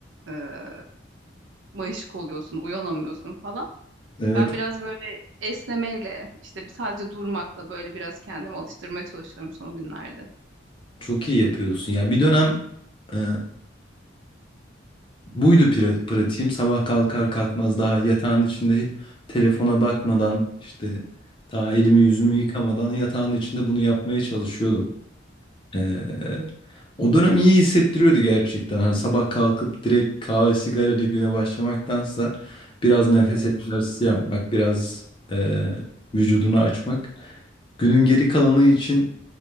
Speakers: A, on the right (about 75°); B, on the left (about 25°).
A: eee mayışık oluyorsun, uyanamıyorsun falan.
B: Evet,
A: Ben biraz böyle esnemeyle, işte sadece durmakla böyle biraz kendimi alıştırmaya çalışıyorum son günlerde.
B: çok iyi yapıyorsun. Ya bir dönem e, buydu pra- pratiğim. Sabah kalkar kalkmaz daha yatağın içinde telefona bakmadan işte daha elimi yüzümü yıkamadan yatağın içinde bunu yapmaya çalışıyordum. Ee, o dönem iyi hissettiriyordu gerçekten. Hani sabah kalkıp direkt kahve sigarayla güne başlamaktansa biraz nefes
A: Evet.
B: egzersizi yapmak, biraz e, vücudunu açmak günün geri kalanı için